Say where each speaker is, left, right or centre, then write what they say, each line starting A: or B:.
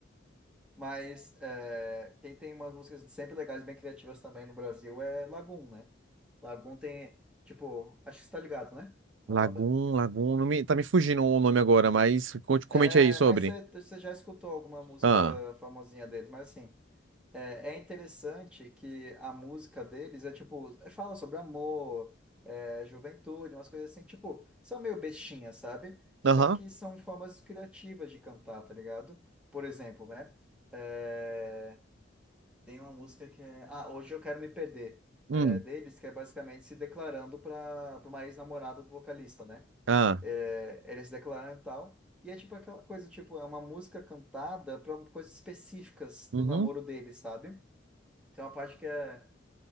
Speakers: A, in the centre; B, on the right.
A: Mas é, quem tem umas músicas sempre legais, bem criativas também no Brasil é Lagoon, né? Lagoon tem, tipo, acho que você tá ligado, né? A
B: Lagoon,
A: banda.
B: Lagoon, não me, tá me fugindo o nome agora, mas conte- comente
A: É,
B: aí sobre.
A: mas você, você já escutou alguma música
B: Ah.
A: famosinha deles, mas assim, é, é interessante que a música deles é tipo, é, fala sobre amor, é, juventude, umas coisas assim, tipo, são meio bestinhas, sabe? Só
B: Aham.
A: que são formas criativas de cantar, tá ligado? Por exemplo, né? É, Tem uma música que é. Ah, hoje eu quero me perder.
B: Hum.
A: É deles, que é basicamente se declarando para uma ex-namorada do vocalista, né?
B: Ah.
A: É, eles se declaram e tal. E é tipo aquela coisa, tipo, é uma música cantada para coisas específicas
B: Uhum.
A: do namoro deles, sabe? Tem uma parte que é,